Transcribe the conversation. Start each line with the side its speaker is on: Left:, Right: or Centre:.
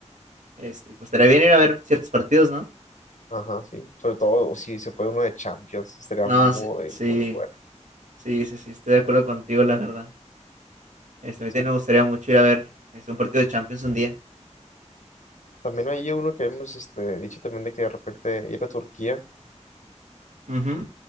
Right: Este, pues estaría bien ir a ver ciertos partidos, ¿no?
Left: Ajá, sí. Sobre todo si se puede uno de Champions. Estaría
Right: No,
Left: muy,
Right: sí, sí,
Left: muy bueno.
Right: sí, sí, sí, estoy de acuerdo contigo, la verdad. Este, a
Left: Sí.
Right: mí también me gustaría mucho ir a ver este, un partido de Champions un día.
Left: También hay uno que hemos este, dicho también de que de repente ir a Turquía.
Right: Ujú.